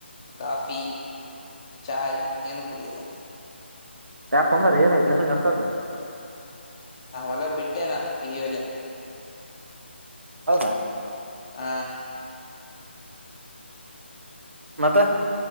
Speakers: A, on the left; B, on the right.
A: ಕಾಫಿ ಚಾಯ್ ಏನು ಕುಡಿಯಲ್ಲ
B: ಯಾಕೊ ಮಾರಾಯ ಏನ ನನಗ್ ಅಂತದ್ದ.
A: ಹ ಹೊಲ ಬಿಟ್ಟೇನಾ ಪಿ ಯು ಎಲೆ.
B: ಹೌದಾ..
A: ಹ.
B: ಮತ್ತ.